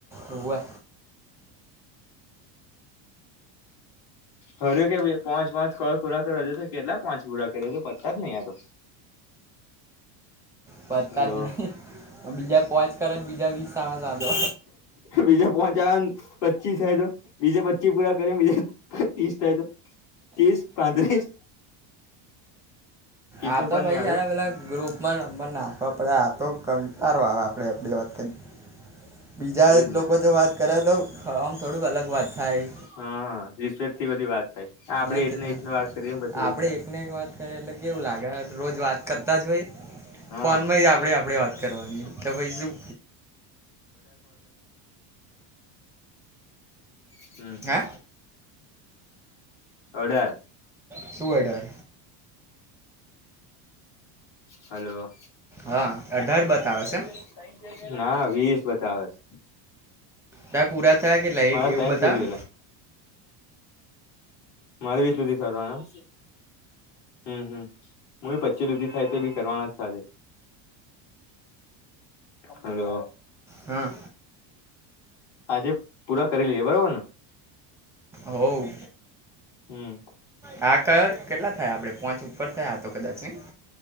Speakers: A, in the centre; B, on the left.
A: ઓવે.
B: હરે કે ભ પાંચ પાંચ ક પુરા કર તો હજુ તો કેટલાક પાંચ પુરા કરે પતા જ નહીં આ તો.
A: પતા
B: હેલો
A: જ નહી બીજા પોચ કર બીજા વીસ આવન આ તો.
B: બીજા પાંચ આવન પચીસ થાય તો. બીજે પચી પૂરા કરી બીજે ત્રીસ થાય તો ત્રીસ પાંત્રીસ <inaudible>
A: આ
B: ની
A: તો
B: ઉપર
A: ભાઈ
B: નહી આવ્યું
A: અલગ અલગ ગ્રુપમાં નંબર નાખવા પડે આ તો કંટાળો આવે આપણે આપણે વાત કરી બીજા
B: એજ
A: લોકો
B: ને
A: જો વાત કરે તો આમ થોડુંક અલગ વાત થાય.
B: હા રિસ્પેક થી બધી વાત થાય આપડે
A: નથી
B: એક ને એતને વાત કરીએમ પછી
A: આપણે
B: એવું થાય.
A: <unintelligible> એટલે કેવું લાગે રોજ વાત કરતા જ હોય.
B: હ હજાર
A: ફોનમાં આપણે
B: લાગીને
A: આપણે
B: કમજર
A: વાત કરવાની
B: તમાર
A: કે
B: <unintelligible> અઢાર
A: ભાઈ શું
B: <unintelligible> હમ્મ
A: હે
B: હામ. અઢાર.
A: સુએ ડર.
B: હલો.
A: હા અઢાર
B: ને
A: બતાવે
B: તારા બે
A: છે એમ?
B: ફેલ ના વીસ બતાવે છ.
A: તાર પૂરા થયા કેટલા
B: મારા
A: એક એવું
B: તન
A: બતાવે
B: ફેલ ગેલા. મારે વીસ સુધી કરવા એમ? હમ્મ હમ્મ, હું બી પચી રૂપી થાય તે બી કરવાના જ છે આજે. હાલો.
A: હા.
B: આજે પૂરા કરી લઈએ બરોબર ને?
A: હવ.
B: હમ્મ.
A: હા ક કેટલા થયા આપડે પોંચ ઉપર થયા તો કદાચ નહી?